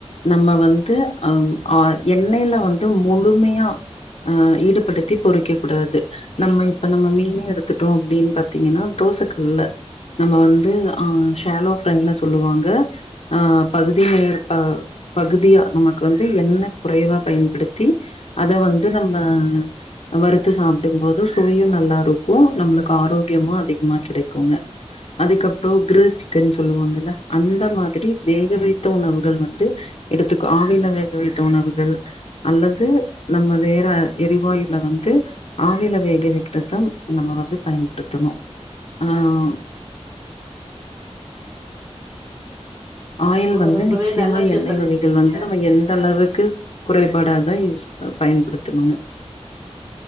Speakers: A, on the left (about 60°); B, on the right (about 40°).
A: நம்ம வந்து அம் ஆ எண்ணைல வந்து முலுமியா அ ஈடுபடுத்தி பொறிக்க கூடாது நம்ம இப்ப நம்ம மீனே எடுத்துட்டோ அப்டின் பாத்தீங்கனா தோசக்கல்ல நம்ம வந்து ஆ ஷேலோ ஃப்ரைன சொல்லுவாங்க ஆ பகுதி மேயற் ப பகுதியா நம்ம வந்து எண்ண குறைவா பயன்படுத்தி அத வந்து நம்ம வறுத்து சாப்டும்போது சுவையு நல்லாருக்கு நம்ளுக்கு ஆரோக்யமா அதிகமா கிடைக்குங்க அதுக்கப்ரொ க்ருல் <inaudible> சொல்லுவாங்கல்ல அந்த மாதுரி வேக வைத்த உணவுகள் வந்து எடுத்துகா வீல வேகவைத்த உணவுகள் அல்லது நம்ம வேற எரிவாயுல வந்து ஆவில வேக வெக்றத் தம் நம்ம வந்து பயன்படுத்தணு ஆஆ ஆயில்
B: ஓ
A: வந்து
B: ரொம்பவே
A: நிச்யமா
B: நல்ல விஷயோ
A: எண்ணய்
B: சொல்லிருக்கீங்க
A: வகைகள் வந்து நம்ம எந்தளவு கு குறைபாடா தா யூஸ் ப பயன்படுத்துனுக